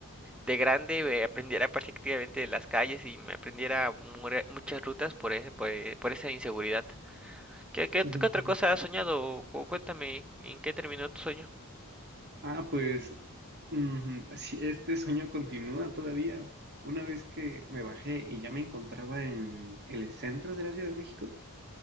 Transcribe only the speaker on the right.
ujú,
ujú.
Ah, pues Mm, sí, este sueño continúa todavía. Una vez que me bajé y ya me encontraba en el centro de la Ciudad de México,